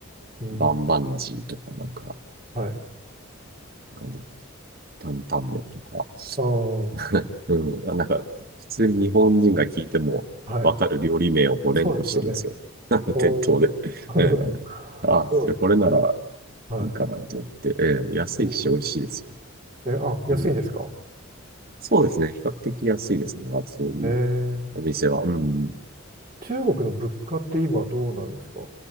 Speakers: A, on the right; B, on the right.
A: うん。
B: バンバンジーとか、なんか、
A: はい。
B: なんだ担々麺とか。
A: ああ、は
B: <laughs> うん。あなんか、普通に日本人が聞いてもわかる料理名をこう連呼してるんですよ。
A: い。そうですよね。
B: <laughs>
A: うん。
B: 店頭で。
A: <laughs>
B: ええあ、
A: そうですね。
B: それこれなら
A: は
B: いいかなと思って。ええ安いし美味しいですよ。
A: い。うんえ、あ、安いんですか
B: うん。そうですね。比較的安いですね。まずそういう
A: えー、
B: お店は。うん。
A: 中国の物価って今どうなんですか